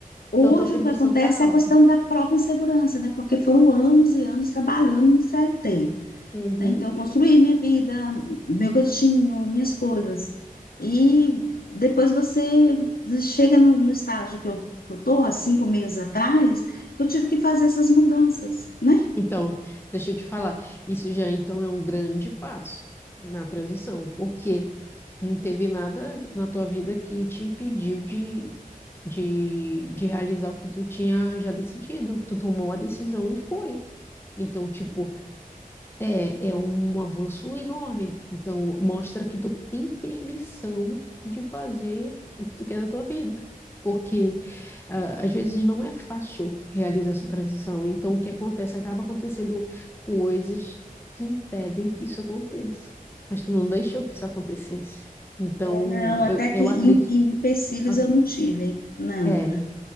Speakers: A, on the left (about 85°); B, on the left (about 15°).
A: Hoje,
B: então tua permissão
A: o que acontece
B: tá alta.
A: é a questão da própria insegurança, né? Porque foram anos e anos trabalhando no CLT,
B: Uhum.
A: né? Então, eu construí minha vida, meu cantinho, minhas coisas. E depois você chega no, no estágio que eu, que eu tô, há cinco meses atrás, que eu tive que fazer essas mudanças, né?
B: Então, deixa eu te falar, isso já então é um grande passo na transição, porque não teve nada na tua vida que te impediu de de, de realizar o que tu tinha já decidido. Tu tomou a decisão e foi. Então, tipo, é, é um avanço enorme. Então, mostra que tu tem permissão de fazer o que tu quer da tua vida. Porque ah, às vezes não é fácil realizar essa transição. Então, o que acontece? Acaba acontecendo coisas que impedem que isso aconteça. Mas tu não deixou que isso acontecesse. Então,
A: É, Não, até
B: eu, eu
A: que em,
B: acredito.
A: em empecilhos
B: acredito.
A: eu não tive, não.
B: É,